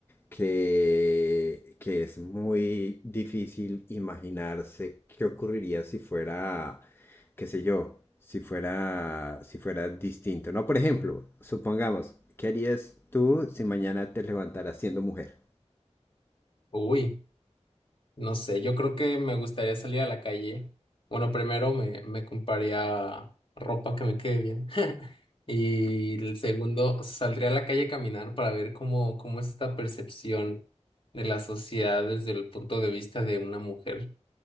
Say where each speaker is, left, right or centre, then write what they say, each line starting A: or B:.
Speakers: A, on the left (about 20°); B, on the left (about 50°).
A: que, que es muy difícil imaginarse qué ocurriría si fuera, qué sé yo, si fuera, si fuera distinto, ¿no? Por ejemplo, supongamos, ¿qué harías tú si mañana te levantaras siendo mujer?
B: Uy. No sé, yo creo que me gustaría salir a la calle. Bueno, primero me, me compraría ropa que me quede bien. <laughs> Y el segundo, saldría a la calle a caminar para ver cómo, cómo es esta percepción de la sociedad desde el punto de vista de una mujer